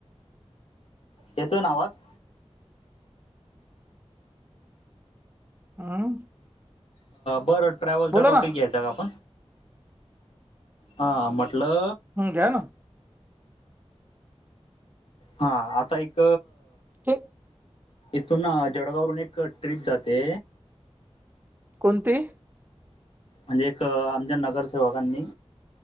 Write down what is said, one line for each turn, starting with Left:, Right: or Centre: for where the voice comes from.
Left: येतोय ना अवाज.
Right: आं
Left: बरं ट्रॅव्हलचा टॉपिक
Right: ना हम्म
Left: या. <unintelligible> हा म्हटलं.
Right: हम् घ्या ना.
Left: हा आता एक.
Right: ते
Left: इथून जळगाववरून एक ट्रीप जाते
Right: कोणती.
Left: म्हणजे एक आमच्या नगरसेवकांनी.